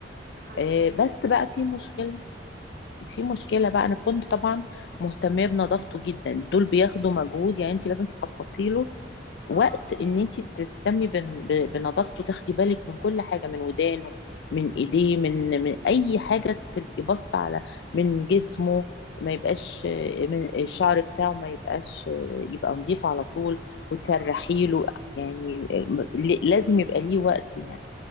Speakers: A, on the right; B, on the left.
A: يا حبيبي
B: إيه بس بقى في مشكله في مشكلة بقى أنا كنت طبعا مهتمة بنظافته جدا دول بياخدوا مجهود يعني أنت لازم تخصصي له
A: اه
B: وقت إن أنت تهتمي بن- ب- بنظافته تاخدي بالك من كل حاجة من ودانه من إيديه من من أي حاجة تبقي باصة على من جسمه ما يبقاش آه، من الشعر بتاعه ما يبقاش آه، يبقى نضيف على طول وتسرحي
A: اه اه
B: له يعني آه، م- لازم يبقى ليه وقت يعني